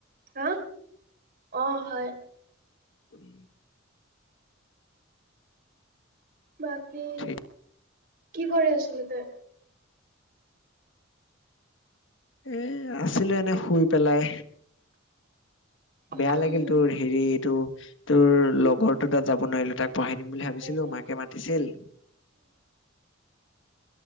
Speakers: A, on the right; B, on the left.
A: আহা অ', হয়।
B: উম।
A: বাকী
B: ঠিক
A: কি কৰি আছিলি তই?
B: এ আছিলো এনেই শুই পেলাই।
A: উম
B: বেয়া লাগিল তোৰ হেৰি এইটো তোৰ লগৰটো তাত যাব নোৱাৰিলো তাক পঢ়াই দিম বুলি ভাবিছিলো,
A: উম
B: মাকে মাতিছিল।